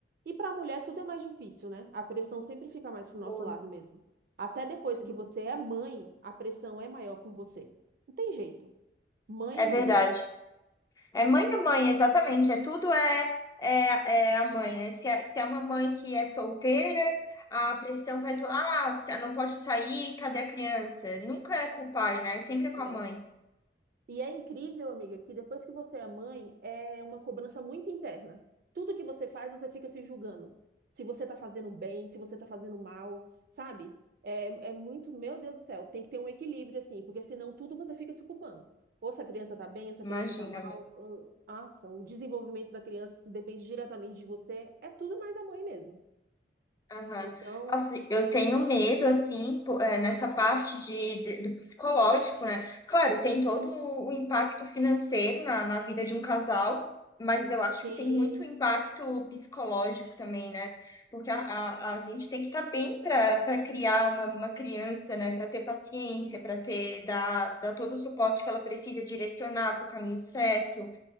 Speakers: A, on the right; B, on the left.
A: E para a mulher tudo é mais difícil, né? A pressão sempre fica mais pro nosso
B: Tudo,
A: lado mesmo. Até depois
B: tudo.
A: que você é mãe, a pressão é maior com você. Não tem jeito. Mãe
B: É
A: é mãe.
B: verdade. É mãe a mãe, exatamente. É tudo é, é, é a mãe, né? Se é, se é uma mãe que é solteira, a pressão vai... to- Ah, você não pode sair, cadê a criança? Nunca é com o pai, né? É sempre com
A: né?
B: a mãe.
A: E é incrível, amiga, que depois que você é mãe, é uma cobrança muito interna. Tudo que você faz, você fica se julgando. Se você tá fazendo bem, se você tá fazendo mal, sabe? É, é muito, meu Deus do céu, tem que ter um equilíbrio, assim, porque senão tudo você fica se culpando. Ou se a criança tá bem, ou se a
B: Imagina.
A: criança tá mal. ou- Nossa, o desenvolvimento da criança se depende diretamente de você. É tudo mais a mãe mesmo.
B: Aham.
A: Então,
B: Nossa, eu tenho medo, assim, po- é, nessa parte de, de- do psicológico, né? Claro, tem todo o impacto financeiro na, na vida de um casal, mas eu acho
A: sim,
B: que tem muito impacto psicológico também, né? Porque a, a, a gente tem que estar bem para para criar uma, uma criança, né? Para ter paciência, para ter, dar, dar todo o suporte que ela precisa, direcionar para o caminho certo.